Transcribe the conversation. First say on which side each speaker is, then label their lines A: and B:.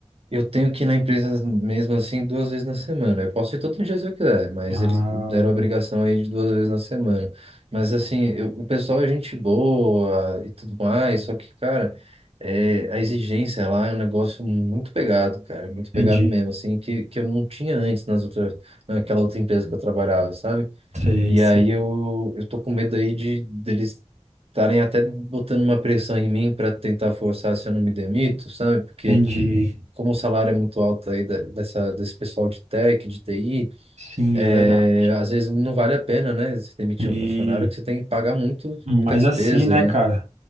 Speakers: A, on the right; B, on the right.
A: Eu tenho que ir na empresa mesmo assim duas vezes na semana. Eu posso ir todo dia se eu quiser, mas
B: Ah,
A: eles deram a obrigação aí de duas vezes na semana. Mas assim, eu- o pessoal é gente boa e tudo mais, só que, cara, é, a exigência lá é um negócio muito pegado, cara, muito
B: entendi.
A: pegado mesmo, assim, que, que eu não tinha antes nas outras, naquela outra empresa que eu trabalhava, sabe?
B: Sei,
A: E
B: sei.
A: aí eu, eu tô com medo aí de deles estarem até botando uma pressão em mim para tentar forçar se eu não me demito, sabe? Porque
B: Entendi.
A: como o salário é muito alto aí da- dessa, desse pessoal de tech, de TI,
B: Sim,
A: é,
B: é verdade.
A: às vezes não vale a pena, né? Você demitir
B: Sim.
A: um funcionário que você tem que pagar muito,
B: Mas
A: muita despesa,
B: assim, né,
A: né?
B: cara?